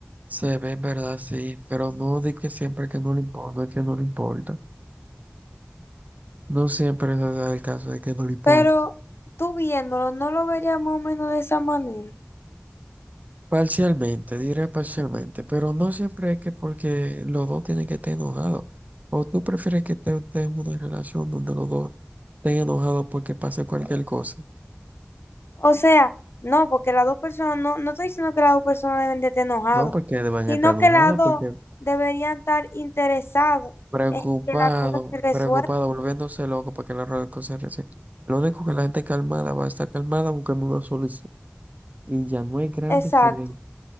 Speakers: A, on the right; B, on the left.
A: Se ve, ¿verdad? Sí, pero no de que siempre que no le importa, no es que no le importa. No siempre es verdad el caso de que no le importa.
B: pero tú viéndolo, no lo verías más o menos de esa manera.
A: Parcialmente, diré parcialmente, pero no siempre es que porque los dos tienen que estar enojados. O tú prefieres que te- estés en una relación donde los dos estén enojados porque pase cualquier cosa.
B: O sea, no, porque las dos personas, no, no estoy diciendo que las dos personas deben de estar enojados,
A: No, porque van
B: sino
A: a estar enojados,
B: que las dos
A: porque
B: deberían estar interesados
A: preocupado,
B: en que la cosa se resuelva.
A: preocupado, volviéndose loco para que la relación se resuelva. Lo único que la gente calmada va a estar calmada buscando una solución. Y ya no hay gran
B: Exacto.
A: diferencia.